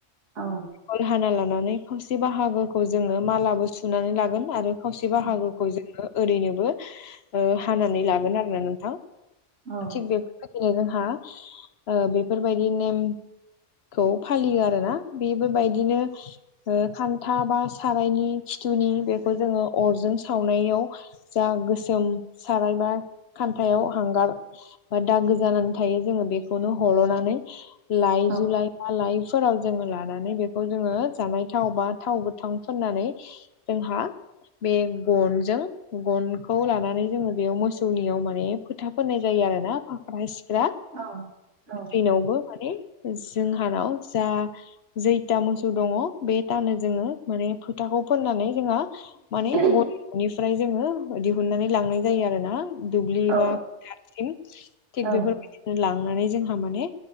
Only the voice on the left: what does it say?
गल हाना लानानै खावसे बाहागोखौ जोङो मालाबो सुनानै लागोन आरो खावसे बाहागोखौ
जोङो ओरैनोबो ओ हानानै लागोन आरो ना नोंथां
थिग बे बायदिनो जोंहा ओ बेफोरबायदि नेमखौ फालियो आरो ना बेफोरबायदिनो ओ खान था बा सारायनि खिथुनि बेखौ जोङो अरजों सावनायाव जा गोसोम सारायबा खान्थायाव हांगार बा दागो जानानै थायो जोङो बेखौनो हल'नानै लाइ
जु लाइ मालायफोराव जोङो लानानै बेखौ जोङो जानाय थाव बा थाव गोथाव फोननानै जोंहा बे गनजों गनखौ लानानै जोङो बेयाव मोसौनियाव माने खोथा फोननाय जायो आरो ना फाग्रा सिख्रा
दैैनावबो माने जोंहानाव जा जैथा मोसौ दङ बे थानो जोङो माने फोथाखौ फोननानै जोंहा माने
गथ'निफ्राय जोङो दिहुननानै लांनाय जायो आरो ना दुब्लि
बा फोथारसिम थिग
बेफोरबायदिनो लांनानै जोंहा माने